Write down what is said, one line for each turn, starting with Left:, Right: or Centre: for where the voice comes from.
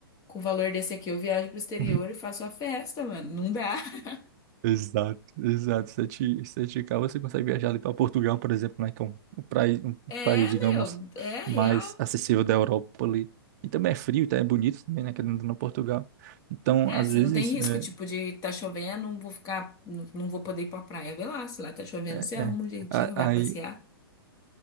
Left: com o valor desse aqui eu viajo pro exterior
Right: <laughs>
Left: e faço a festa, mano, não dá. <laughs>
Right: Exato, exato. sete sete k você consegue viajar ali para Portugal, por exemplo, né, que é um, um, país, um
Left: É,
Right: país, digamos,
Left: meu, é
Right: mais
Left: real.
Right: acessível da Europa ali. E também é frio, tá? É bonito também, né, querendo ou não, Portugal. Então,
Left: É,
Right: às
Left: você
Right: vezes,
Left: não tem risco,
Right: é,
Left: tipo, de tá chovendo, vou ficar, não não vou poder ir pra praia. Vê lá, se lá tá chovendo,
Right: é,
Left: você arruma
Right: é.
Left: um jeitinho,
Right: A-
Left: vai passear.
Right: Aí,